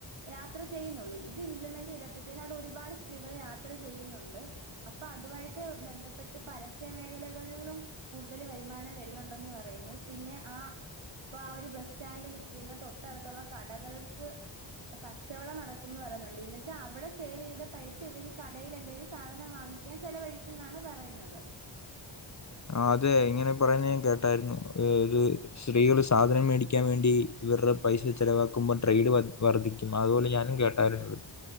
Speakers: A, on the right; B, on the left.
A: യാത്ര ചെയ്യുന്നുള്ളൂ ഇത് ഇംപ്ലിമെന്റ് ചെയ്തപ്പോഴത്തേന അവിടെ ഒരുപാട് സ്ത്രീകൾ യാത്ര ചെയ്യുന്നുണ്ട്. അപ്പൊ അതുമായിട്ട് ബന്ധപ്പെട്ട് പരസ്യ മേഖലകളിലും. കൂടുതൽ വരുമാനം വരുന്നുണ്ടെന്ന് പറയുന്നു. പിന്നെ ആ ഇപ്പൊ ആ ഒരു ബസ് സ്റ്റാൻഡ് നിൽക്കുന്ന തൊട്ടടുത്തുള്ള കടകൾക്ക്. കച്ചവടം നടക്കുംന്ന് പറയുന്നുണ്ട്. എന്നന്ന് വെച്ചാൽ അവിടെ സേവ് ചെയ്ത പൈസ ഇവര് ഈ കടയിൽ എന്തെിലും. സാധനം വാങ്ങിക്ക ക്കാൻ ചെലവഴിക്കും ന്നാണ് പറയുന്നത്.
B: ആഹ് അതെ ഇങ്ങനെ പറയുന്ന് ഞാൻ കേട്ടായിരുന്നു ഒരു സ്ത്രീകള് സാധനം മേടിക്കാൻ വേണ്ടി ഇവരുടെ പൈസ ചെലവാക്കുമ്പൊ ട്രേഡ് വ വർദ്ധിക്കും ഉം അതുപോലെ ഞാനും കേട്ടായിരുന്നു